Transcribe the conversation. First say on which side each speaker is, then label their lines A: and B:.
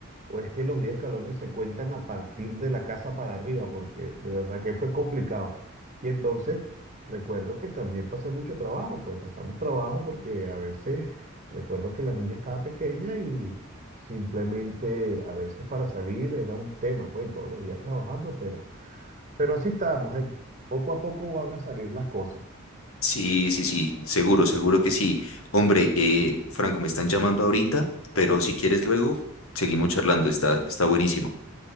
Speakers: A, on the right (about 35°); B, on the left (about 85°).
A: O es que los 10 escalones se cuentan a partir de la casa para arriba, porque de verdad que fue complicado. Y entonces recuerdo que también pasé mucho trabajo, pues pasamos trabajo porque a veces recuerdo que la niña estaba pequeña y simplemente a veces para salir era un tema, pues y todos los días trabajando, pero, pero así estábamos, Eri. Poco a poco van a salir las cosas.
B: Sí, sí, sí, seguro, seguro que sí. Hombre, eh, Franco, me están llamando ahorita, pero si quieres luego, seguimos charlando, está, está buenísimo.